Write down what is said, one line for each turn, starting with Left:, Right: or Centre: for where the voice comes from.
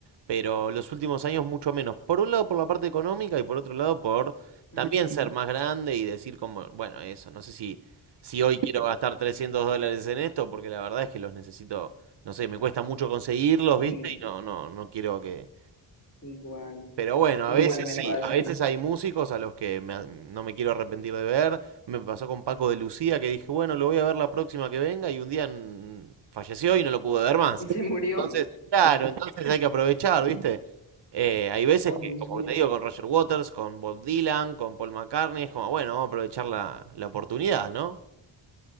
Right: pero los últimos años mucho menos. Por un lado por la parte económica y por otro lado por también
Left: Ujú,
Right: ser más grande y decir como, bueno, eso, no sé si, si hoy quiero gastar 300 dólares en esto, porque la verdad es que los necesito, no sé, me cuesta mucho conseguirlos,
Left: Sí,
Right: ¿viste? Y no, no, no quiero que,
Left: igual.
Right: pero bueno,
Left: Igual
Right: a veces
Left: me
Right: sí,
Left: pasa.
Right: a veces hay músicos a los que me- no me quiero arrepentir de ver. Me pasó con Paco de Lucía que dije, bueno, lo voy a ver la próxima que venga y un día mm, falleció y no lo pude ver más.
Left: Y se murió.
Right: Entonces, claro, entonces hay que aprovechar,
Left: Sí.
Right: ¿viste? Eh, hay veces
Left: Oye,
Right: que, como
Left: sí.
Right: te digo, con Roger Waters, con Bob Dylan, con Paul McCartney, es como, bueno, vamos a aprovechar la, la oportunidad, ¿no?